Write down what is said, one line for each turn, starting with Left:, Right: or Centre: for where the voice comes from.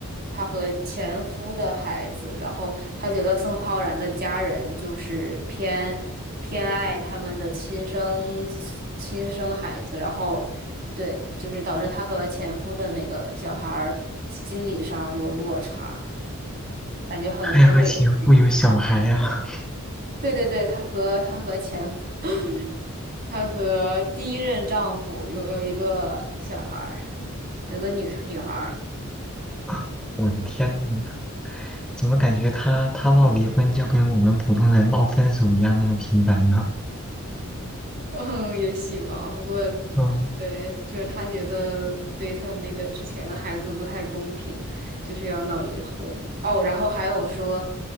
Right: 他和前夫的孩子，然后他觉得宋浩然的家人就是偏偏爱他们的亲生亲生孩子，然后对，就是导致他和前夫的那个小孩儿心理上有落差，感觉很很委屈。
Centre: <laughs> 还和前夫有小孩啊！
Right: 对对对，她和她和前夫，<laughs> 她和第一任丈夫有有一个小孩儿，有个女女孩儿。
Centre: <laughs> 我的天呐，怎么感觉他他闹离婚就跟我们普通人闹分手一样那么频繁呢？
Right: <laughs> 嗯，也许吧。不过，
Centre: 嗯
Right: 对，就是他觉得对他那个之前的孩子不太公平，就是要闹离婚。哦，然后还有说，